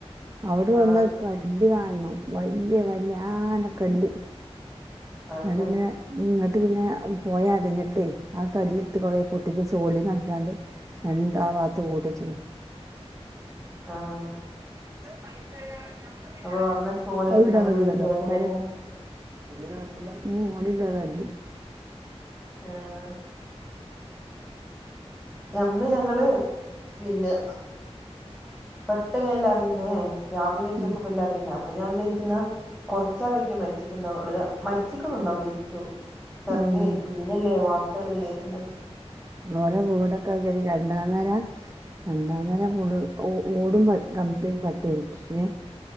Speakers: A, on the right (about 30°); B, in the centre.
A: അവിടെ
B: ആ
A: വന്നു കല്ല് കാണണം വല്യ വല്യ ആന കല്ല്.
B: അതന്നെ
A: അത് പിന്നെ ഉം എന്നിട്ട് പിന്നെ പോയി അടിഞ്ഞിട്ടെ ആഹ് കല്ലെടുത്ത് കൊറെ പൊട്ടിച്ച് സോലെ ചെയ്യുന്നു ആൾക്കാരുണ്ട്. രണ്ട് ആഹ് ഭാഗത്ത് പൊട്ടിച്ചു.
B: ആഹ്
A: വൈകിട്ടെല്ലാം ഞങ്ങൾക്ക് പിന്നെ
B: അപ്പൊ
A: ആരെ,
B: അന്നൊക്കെ ഓല്
A: അവിടെ
B: അനുഭവിച്ച
A: വരുന്നവരോ.
B: വേദന
A: <unintelligible>
B: അല്ലേ
A: അവിടെ ഒരുതരം ഉം മൂടിയിട്ട് ഇതാക്കി.
B: ആഹ് അന്ന് ഞങ്ങള് പിന്നെ. പെട്ടെന്നല്ല അറിയുന്നേ രാവിലെ എണീച്ച് നോക്കുമ്പോ
A: ഉം
B: എല്ലാരും. അപ്പൊ ഞാൻ വിചാരിക്കുന്നു കുറച്ച് ആൾക്കാർ മരിച്ചിട്ടുണ്ടാവും ഉള്ളിലോ മരിച്ചിക്കുന്നെ ഉണ്ടാവില്ല ഇരിക്കും. <unintelligible>
A: ഉം
B: പിന്നല്ലേ വാർത്തകൾ ഇങ്ങനെ കേക്കുന്ന.
A: ഓലെ വീട് ഒക്കെ നോക്കിയേനെ രണ്ടാംനില. രണ്ടാം നില ഫുള്ളും ഓ ഓ ഓടും വെ കമ്പിയും പറ്റെ ഇല്ലേ.